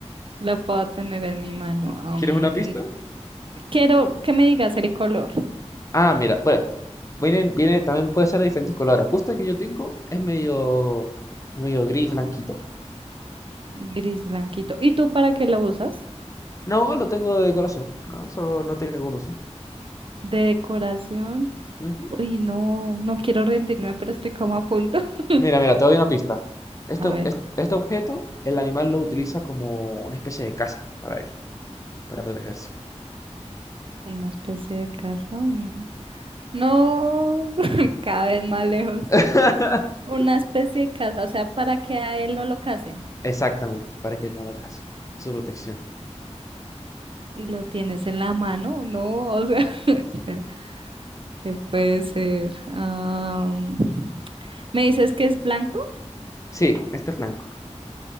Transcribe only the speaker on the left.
¿Quieres una pista?
Ah, mira, pues, viene, viene, también puede ser de diferentes colores. Justo el que yo tengo es medio, medio gris, blanquito.
No, lo tengo de decoración. No, solo no tiene ningún uso.
Ujú.
Mira, mira, te doy una pista. Esto,
es- este objeto, el animal lo utiliza como una especie de casa para él, para protegerse.
<laughs>
Exactamente, para que él no lo case. Es su protección.
Sí, este es blanco.